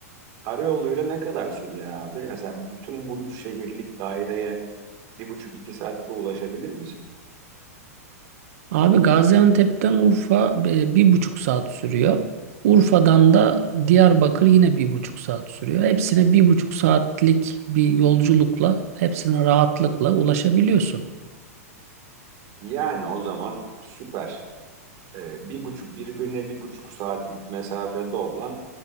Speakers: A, on the right; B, on the right.
A: Karayoluyla ne kadar sürüyor abi? Mesela bütün bu üç şehirlik daireye bir buçuk iki saatte ulaşabilir misin?
B: Abi Gaziantep'ten Urfa e, bir buçuk saat sürüyor. Urfa'dan da Diyarbakır yine bir buçuk saat sürüyor. Hepsine bir buçuk saatlik bir yolculukla, hepsine rahatlıkla ulaşabiliyorsun.
A: Yani o zaman süper. E, bir buçuk birbirine bir buçuk saatlik mesafede olan